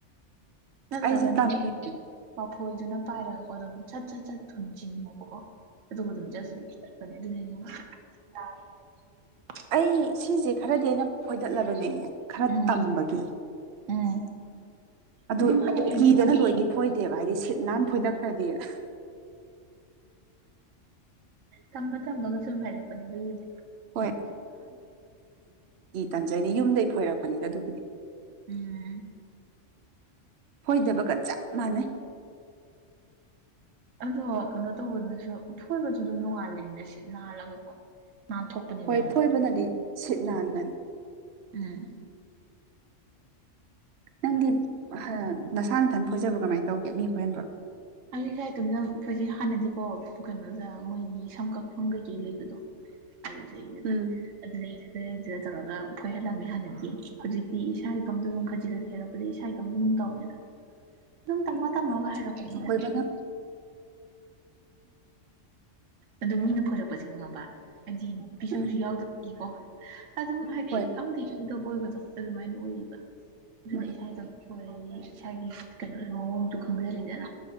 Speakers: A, on the right; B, on the right.
A: ꯅꯠꯇ꯭ꯔꯒꯅꯦ
B: ꯑꯩꯁꯦ ꯇꯝꯃꯤ
A: ꯃꯐꯣꯏꯗꯨꯅ ꯄꯥꯏꯔꯒ ꯀ ꯑꯗꯨꯠ ꯆꯠ ꯆꯠ ꯊꯨꯟ ꯆꯣ ꯑꯗꯨꯅꯦꯉꯉ <unintelligible>
B: ꯑꯩ ꯁꯤꯁꯦ ꯈꯔꯗꯤ ꯑꯩꯅ ꯐꯣꯏꯗꯠꯂꯕꯅꯦ ꯈꯔ
A: ꯎꯝ
B: ꯇꯝꯕꯒꯤ
A: ꯎꯝ
B: ꯑꯗꯨ
A: ꯑꯗꯨꯝ ꯍꯩꯔꯅꯤ
B: ꯀꯤꯗꯅ
A: ꯇꯝꯕ
B: ꯂꯣꯏꯗꯤ ꯐꯣꯏꯗꯦꯕ ꯍꯥꯏꯗꯤ ꯁꯤꯠ ꯍꯥꯟ ꯐꯣꯏꯗꯈ꯭ꯔꯗꯤ <unintelligible>
A: ꯇꯃ ꯇꯝꯃꯒ ꯁꯨꯝ ꯍꯥꯏꯔꯛꯄꯅꯦ ꯑꯗꯨꯒꯤꯗꯤ
B: ꯍꯣꯏ ꯇꯟꯖꯩꯅꯤ ꯌꯨꯝꯗꯩ ꯐꯣꯏꯔꯛꯄꯅꯤꯗ ꯑꯗꯨꯕꯨꯗꯤ
A: ꯎꯝ
B: ꯍꯣꯏꯗꯕꯒꯠ ꯆ ꯃꯥꯅꯦ
A: ꯑꯗꯣ ꯀꯩꯅꯣ ꯇꯧꯕꯗꯨꯅꯁꯨ ꯐꯣꯏꯕꯁꯨ ꯑꯗꯨꯝ ꯅꯨꯡꯉꯥꯏꯕꯅꯤꯅ ꯁꯤꯠ ꯅꯥꯜꯂꯒꯀꯣ ꯥꯟ ꯊꯣꯛꯄꯅꯦꯕ
B: ꯍꯣꯏ ꯐꯣꯏꯕꯅꯗꯤ ꯁꯤꯠ ꯅꯥꯟꯕꯅꯤ
A: ꯎꯝ
B: ꯅꯪꯗꯤ ꯅꯁꯥ ꯅꯊꯟ ꯐꯣꯏꯖꯕ꯭ꯔꯣ ꯀꯃꯥꯏꯅ ꯇꯧꯒꯦ ꯃꯤ ꯈꯣꯏꯍꯟꯕ꯭ꯔꯣ
A: ꯑꯩꯁꯥꯏꯇꯣꯝꯗ ꯑꯩꯈꯣꯏꯁꯦ ꯍꯥꯟꯅꯗꯤꯀꯣ ꯀꯩꯅꯣꯗ ꯃꯣꯏꯒꯤ ꯁꯝ ꯀꯛꯐꯝ ꯀꯩꯀꯩ ꯂꯩꯕꯗꯣ ꯑꯗꯨꯩꯗ
B: ꯎꯝ
A: ꯑꯗꯨ ꯁꯤꯗꯩꯗꯨꯗ ꯇꯧꯔꯒ ꯐꯣꯏꯍꯜꯂꯝꯃꯦ ꯍꯥꯟꯅꯗꯤ ꯍꯧꯖꯤꯛꯇꯤ ꯏꯁꯥ ꯏꯇꯣꯝꯗ ꯑꯗꯨꯝ ꯈꯖꯤꯛ ꯈꯖꯤꯛ ꯍꯦꯜꯔꯛꯄꯗꯒꯤ ꯏꯁꯥ ꯏꯇꯣꯝꯁꯨ ꯑꯗꯨꯝ ꯇꯧꯋꯦꯅ ꯑꯗꯨꯝ ꯇꯝꯃ ꯇꯝꯃꯒ ꯍꯥꯏꯔꯛꯄꯅꯤꯗ
B: ꯕꯅ <unintelligible> <inaudible>
A: ꯑꯗꯨ ꯃꯤꯅ ꯐꯣꯔꯛꯄꯁꯤ ꯈꯪꯉꯕ ꯍꯥꯏꯗꯤ ꯄꯤꯁꯨꯝꯁꯨ
B: ꯎꯝ
A: ꯌꯥꯎꯗꯕꯒꯤꯀꯣ ꯑꯗꯨꯝ ꯍꯥꯏꯗꯤ
B: ꯍꯣꯏ
A: ꯑꯝꯇ ꯌꯥꯎꯗꯕ ꯑꯣꯏꯕꯗ ꯑꯗꯨꯃꯥꯏꯅ ꯑꯣꯏꯔꯤꯕ ꯑꯗꯨꯅ
B: ꯃꯥꯅꯤ
A: ꯏꯁꯥ ꯏꯗꯥ ꯏꯁꯥꯒꯤ ꯀꯩꯅꯣ ꯃꯑꯣꯡꯁꯨ ꯈꯪꯖꯔꯦꯗꯅ